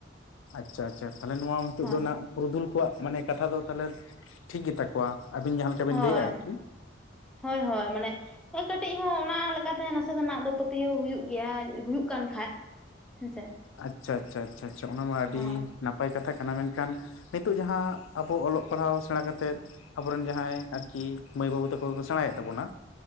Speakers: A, on the left; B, in the centre.
A: ᱟᱪᱪᱷᱟ ᱟᱪᱪᱷᱟ ᱛᱟᱦᱚᱞᱮ ᱱᱚᱣᱟ ᱱᱤᱛᱳ
B: ᱦᱳᱭ
A: ᱫᱚ ᱱᱟᱜ ᱯᱩᱨᱩᱫᱷᱩᱞ ᱠᱚᱣᱟᱜ ᱢᱟᱱᱮ ᱠᱟᱛᱷᱟ ᱫᱚ ᱛᱟᱦᱚᱞᱮ ᱴᱷᱤᱠ ᱜᱮᱛᱟ ᱠᱚᱣᱟ ᱟᱵᱤᱱ ᱡᱟᱦᱟᱸ ᱞᱮᱠᱟ ᱵᱤᱱ
B: ᱦᱳᱭ
A: ᱞᱟᱹᱭᱮᱜᱼᱟ ᱟᱨᱠᱤ
B: ᱦᱳᱭ ᱦᱳᱭ ᱢᱟᱱᱮ ᱠᱟᱹᱴᱤᱡ ᱦᱚᱸ ᱚᱱᱟ ᱞᱮᱠᱟ ᱛᱮ ᱱᱟᱥᱮ ᱱᱟᱦᱟᱜ ᱫᱚ ᱯᱟᱹᱛᱭᱟᱹᱣ ᱦᱩᱭᱩᱜ ᱜᱮᱭᱟ ᱦᱩᱭᱩᱜ ᱠᱟᱱ ᱠᱷᱟᱡ ᱦᱮᱸᱥᱮ
A: ᱟᱪᱪᱷᱟ ᱟᱪᱪᱷᱟ ᱟᱪᱪᱷᱟ ᱚᱱᱟ ᱢᱟ ᱟᱹᱰᱤ
B: ᱦᱳᱭ
A: ᱱᱟᱯᱟᱭ ᱠᱟᱛᱷᱟ ᱠᱟᱱᱟ ᱢᱮᱱᱠᱷᱟᱱ ᱱᱤᱛᱚᱜ ᱡᱟᱦᱟᱸ ᱟᱵᱚ ᱚᱞᱚᱜ ᱯᱟᱲᱦᱟᱣ ᱥᱮᱬᱟ ᱠᱟᱛᱮᱫ ᱟᱵᱚᱨᱮᱱ ᱡᱟᱦᱟᱸᱭ ᱟᱨᱠᱤ ᱢᱟᱹᱭ ᱵᱟᱹᱵᱩ ᱛᱟᱠᱚ ᱠᱚ ᱥᱮᱬᱟᱭᱮᱫ ᱛᱟᱵᱚᱱᱟ